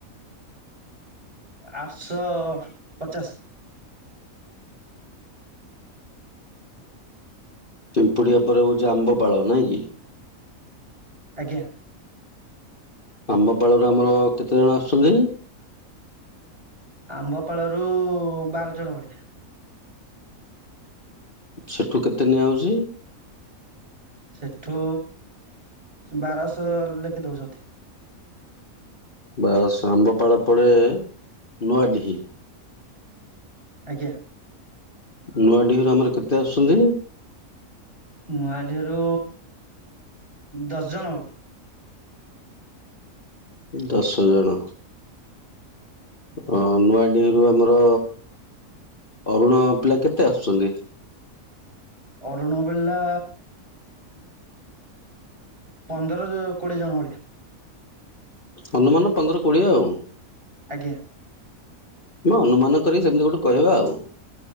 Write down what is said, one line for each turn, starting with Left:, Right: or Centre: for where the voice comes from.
Right: ଆଠଶହ ପଚାଶ।
Left: ପିମ୍ପୁଡିିଆ ପରେ ହଉଛି ଆମ୍ବପାାଳ ନାଇଁ କି?
Right: ଆଜ୍ଞା।
Left: ଆମ୍ବପାଳରୁ ଆମର କେତେ ଜଣ ଆସୁଛନ୍ତି?
Right: ଆମ୍ବପାଳରୁ ବାରଜଣ ଭଳିଆ।
Left: ସେଠୁ କେତେ ନିଆହଉଛି?
Right: ସେଠୁ ବାରଶହ ଲେଖେ ଦେଉଛନ୍ତି।
Left: ବାରଶ ଆମ୍ବପାଳ ପଡେ ନୂଆଡିହି।
Right: ଆଜ୍ଞା।
Left: ନୂଆଡିହରୁ ଆମର କେତେ ଆସୁଛନ୍ତି?
Right: ନୂଆଡିହିରୁ ଦଶଜଣ।
Left: ଦଶଜଣ। ଅ ନୂଆଡିହରୁ ଆମର ଅରୁଣ ପିଲା କେତେ ଆସୁଛନ୍ତି?
Right: ଅରୁଣ ପିଲା ପନ୍ଦର କୋଡିଏ ଜଣ ଭଳିଆ।
Left: ହନୁମାନ ପନ୍ଦର କୋଡିଏ ଆଉ।
Right: ଆଜ୍ଞା।
Left: ହଁ ଅନୁମାନ କରି ସେମିତି ଗୋଟେ କହିବା ଆଉ।